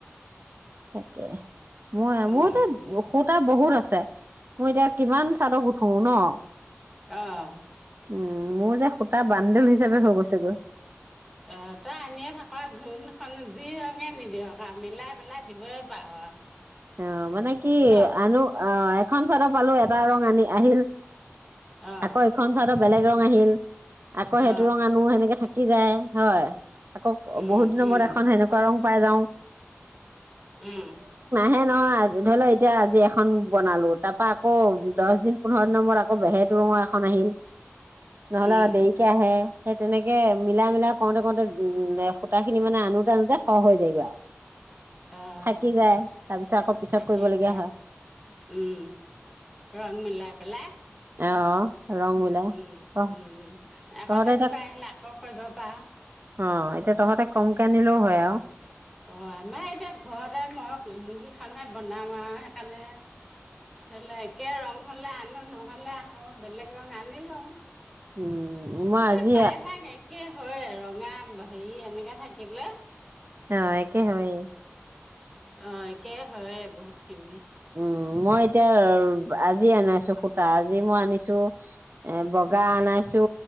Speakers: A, on the right; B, in the centre.
A: তাকে মই
B: উম
A: মোৰ তাত সূতা বহুত আছে উ <unintelligible> মই এতিয়া কিমান চাদৰ গুঠো ন? <unintelligible>
B: অহ
A: উম, মোৰ যে সূতা বান্দেল হিচাপে হৈ গৈছেগৈ।
B: অ', তই আনিয়ে থাক, জোনখন যি ৰঙে নিদিয়ক আ মিলাই পেলাই দিবই পাৰ আৰু।
A: অ মানে কি
B: ন
A: আনো অ এখন চাদৰ পালো এটা ৰ পানী আহিল।
B: অ
A: আকৌ এইখন চাদৰ বেলেগ ৰং আহিল। আকৌ
B: অ
A: সেইটো ৰঙ আনো সেনেকে থাকে থাকি যায়। হয় আকৌ
B: উম
A: বহুত দিনৰ
B: উম
A: মূৰত এখন সেনেকুৱা ৰং পাই যাওঁ।
B: উম।
A: হে নহয় আজ, ধৰি ল এতিয়া আজি এখন বনালো, তাৰ পা আকৌ দছ দিন, পোন্ধৰ দিনৰ মূৰত আকৌ হেতু ৰঙৰ এখন আহিল। নহ'লে
B: উম
A: দেৰিকে আহে সেই তেনেকে মিলাই মিলাই কৰোঁতে কৰোঁতে, সূতা খিনি মানে আনোতে আনোতে সৰহ হৈ যায়গৈ আৰু।
B: অ'।
A: থাকি যায় তাৰ পিছত আকৌ পিছত
B: থাকিয়েই
A: কৰিবলগীয়া
B: যায়।
A: হয়
B: উম। ৰং মিলাই পেলাই
A: অ'। ৰং মিলাই।
B: উম
A: অ
B: উম আকৌ
A: তহঁতে
B: তেনেকুৱা
A: এতিয়া
B: আহিলে আকৌ কৰিব পাৰ।
A: অ এতিয়া তহঁতে কমকে আনিলেও হয় আ
B: অ আমাৰ এতিয়া ঘৰতে মই ম বনাও আৰু সেইকাৰণে ধৰি ল একে ৰং হলে আনো নহলে আকৌ বেলেগ ৰং আনি লওঁ
A: উম। মই আজি
B: এই প্ৰায়ভাগ একে হৈয়ে, ৰঙা হেৰি তেনেকে থাকিলে
A: অ', একে হয়েই।
B: অ', একে হৈয়ে বহুত খিনি।
A: উম মই এতিয়া আজি আনাইছো সূতা আজি মই আনিছো এ বগা আনাইছো